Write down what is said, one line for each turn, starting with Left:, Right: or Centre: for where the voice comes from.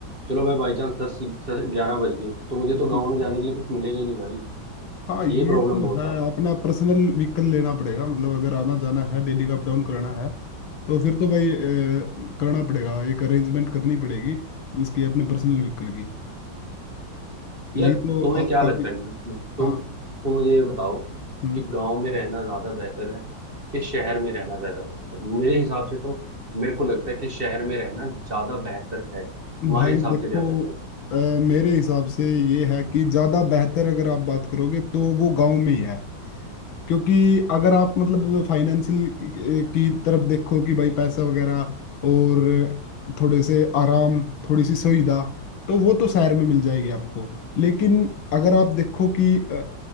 Right: चलो मैं बाई चांस दस ग्यारह बज गए तो मुझे तो
Left: हम्म।
Right: गाँव में जाने के लिए कुछ मिलेगा ही नहीं भाई
Left: हाँ
Right: ये
Left: ये
Right: प्रॉब्लम
Left: तो
Right: बहुत
Left: है
Right: ज्यादा है
Left: अपना पर्सनल व्हीकल लेना पड़ेगा मतलब अगर आना जाना है डेली का अप डाउन करना है तो फिर तो भाई अ, करना पड़ेगा एक अरेंजमेंट करनी पड़ेगी उसकी अपने पर्सनल व्हीकल की
Right: यार
Left: नहीं तो
Right: तुम्हें
Left: आप
Right: क्या
Left: काफी
Right: लगता है तुम
Left: हाँ
Right: तुम मुझे ये बताओ
Left: हम्म
Right: कि गांव में रहना ज्यादा बेहतर है कि शहर में रहना ज्यादा बेहतर है? मेरे हिसाब से तो मेरे को लगता है कि शहर में रहना ज्यादा बेहतर है तुम्हारे
Left: भाई
Right: हिसाब
Left: देखो
Right: से क्या बेहतर है
Left: अ, मेरे हिसाब से ये है कि ज़्यादा बेहतर अगर आप बात करोगे तो वो गांव में ही है क्योंकि अगर आप मतलब फाइनेंशियल की तरफ देखो कि भाई पैसा वगैरह और थोड़े से आराम थोड़ी सी सुविधा तो वो तो शहर में मिल जाएगी आपको लेकिन अगर आप देखो कि अ,